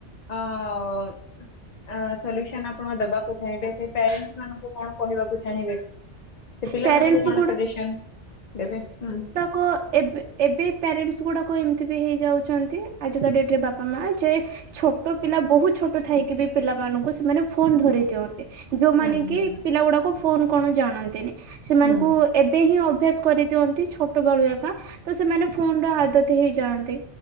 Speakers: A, on the left; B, on the right.
A: ଅ ସଲ୍ୟୁସନ ଆପଣ ଦେବାକୁ ଚାହିଁବେ। ସେ ପ୍ୟାରେଣ୍ଟସ ମାନଙ୍କୁ କଣ କହିବାକୁ ଚାହିଁବେ? ସେ ପିଲାମାନଙ୍କୁ
B: ପ୍ୟାରେଣ୍ଟସ
A: କଣ ସଜେସନ ଦେବେ, ହୁଁ।
B: କ ଏବେ ଏବେ ପ୍ୟାରେଣ୍ଟସ୍ ଗୁଡାକ ଏମିତି ବି ହେଇଯାଉଛନ୍ତି, ଆଜିକା ଡେଟ୍ ରେ ବାପା ମା। ଯେ ଛୋଟ ପିଲା ବହୁତ ଛୋଟ ଥାଇକି ବି ପିଲାମାନଙ୍କୁ ସେମାନେ ଫୋନ ଧରେଇ ଦିଅନ୍ତ। ଯୋଉ
A: ହୁଁ
B: ମାନେ କି
A: ହୁଁ
B: ପିଲା ଗୁଡାକୁ ଫୋନ କଣ ଜାଣନ୍ତିନି। ସେମାନଙ୍କୁ
A: ହୁଁ
B: ଏବେ ହିଁ ଅଭ୍ୟାସ କରିଦିଅନ୍ତି ଛୋଟ ବେଳୁ ଏକା। ତ ସେମାନେ ଫୋନ ର ଆଦତ ହେଇଯାଆନ୍ତି।